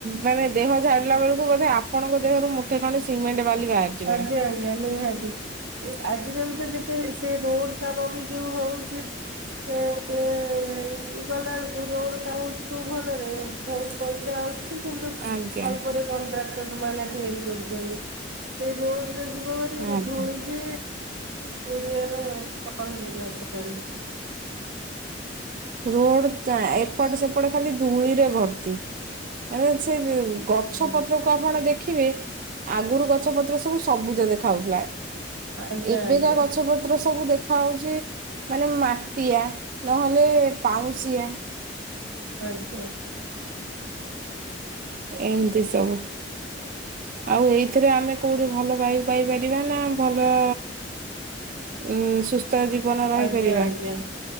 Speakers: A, on the right; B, on the right.
A: ମାନେ ଦେହ ଝାଡିଲା ବେଳକୁ ବୋଧେ ଆପଣଙ୍କ ଦେହରୁ ମୁଠେ ଖଣ୍ଡେ ସିମେଣ୍ଟ ବାଲି ବାହାରିଯିବଣି।
B: ଆଜ୍ଞା ଆଜ୍ଞା ନିହାତି ଆଜି କାଲି ତ ସେ ରୋଡ କାମ ବି ଯୋଉ ହଉଚିତ ଏ ଗଲାବେଳକୁ ରୋଡ କାମହଉଛି ତୋଉ ଭଲରେ ବହୁତ ପଇସା ଆସୁଛି କିନ୍ତୁ
A: ଆଜ୍ଞା
B: ଅଳ୍ପରେ କଣ୍ଟ୍ରାକ୍ଟର ମାନେ ତିଆରି କରୁଛନ୍ତି। ସେ ରୋଡ ରେ ଯିବା ପରେ
A: ଆଜ୍ଞା।
B: ଧୂଳି ଯେ ଓଡିଆ ର କି ଲି ସାର
A: ରୋଡ ଏପଟ ସେପଟ ଖାଲି ଧୂଳିରେ ଭର୍ତି ମାନେ ସେ ଗଛ
B: ଆଜ୍ଞା
A: ପତ୍ରକୁ ଆପଣ ଦେଖ ଦେଖିବେ ଆଗରୁ ଗଛ ପତ୍ର ସବୁ ସବୁଜ ଦେଖାଯାଉଥିଲା
B: ଆଜ୍ଞା
A: ଏବେକା
B: ଆଜ୍ଞା
A: ଗଛ ପତ୍ର ସବୁ ଦେଖ ଦେଖା ହଉଛି ମାନେ ମାଟିଆ ନହେଲେ ପାଉଁଶିଆ
B: ଆଜ୍ଞା।
A: ଏମିତି ସବୁ। ଆଉ ଏଇଥିରେ ଆମେ କୋଉଠି ଭଲ ବାୟୁ ପାଇପାରିବା ନା ଭଲ ଉଁ ସୁସ୍ଥ ଜୀବନ ରହିପାରିବା।
B: ଆଜ୍ଞା ଆଜ୍ଞା।